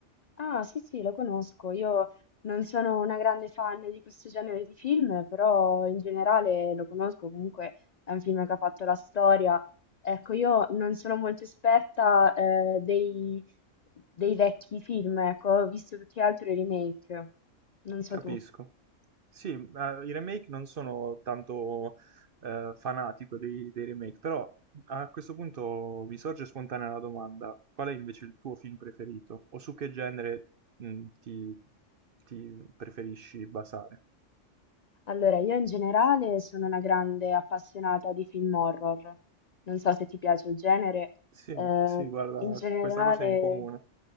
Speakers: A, on the left; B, on the right.
A: Ah, sì, sì, lo conosco. Io non sono una grande fan di questo genere di film, però in generale lo conosco. Comunque è un film che ha fatto la storia. Ecco, io non sono molto esperta, eh, dei, dei vecchi film, ecco, ho visto più che altro i remake. Non so
B: Capisco.
A: tu.
B: Sì, eh, i remake non sono tanto eh, fanatico dei, dei remake, però a questo punto mi sorge spontanea la domanda: qual è invece il tuo film preferito? O su che genere mh, ti, ti preferisci basare?
A: Allora, io in generale sono una grande appassionata di film horror. Non so se ti piace il genere.
B: Sì,
A: eh,
B: sì, guarda,
A: in generale,
B: questa cosa è in comune.